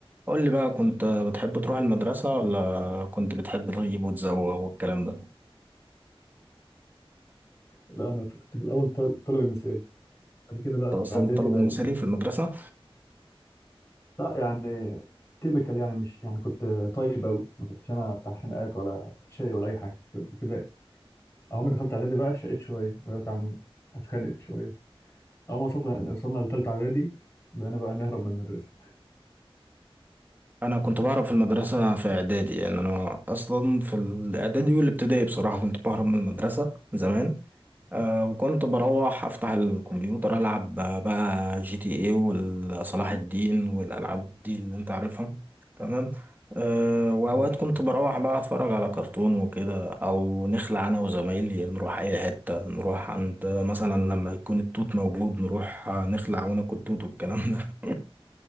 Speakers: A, on the right (about 20°); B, on the left (about 25°).
A: قول لي بقى كنت بتحب تروح المدرسة ولا كنت بتحب تغيب وتزوغ والكلام ده؟
B: لا انا كنت في الاول طل- الطالب المثالي بعد كده بقى
A: كنت
B: في
A: أصلا
B: اعدادي
A: الطالب
B: بقى,
A: المثالي
B: بقى
A: في المدرسة
B: لا يعني تيبيكال يعني مش يعني كنت طيب قوي ما كنتش انا بتاع خناقات ولا شيء ولا اي حاجه كنت كده اول ما دخلت اعدادي بقى شقيت شويه وبقيت عم اتخانق شويه اول ما وصلنا وصلنا لثالثه اعدادي بقينا بقى نهرب من المدرسه
A: أنا كنت بعرف في المدرسة في إعدادي يعني أنا أصلا في الإعدادي والابتدائي بصراحة كنت بهرب من المدرسة زمان أه وكنت بروح أفتح الكمبيوتر ألعب آه، بقى جي تي اي وصلاح الدين والألعاب دي اللي أنت عارفها تمام أه وأوقات
B: آه.
A: كنت بروح بقى أتفرج على كرتون وكده أو نخلع أنا وزمايلي نروح أي حتة نروح عند مثلا لما يكون التوت موجود نروح آه، نخلع وناكل توت والكلام ده <laughs>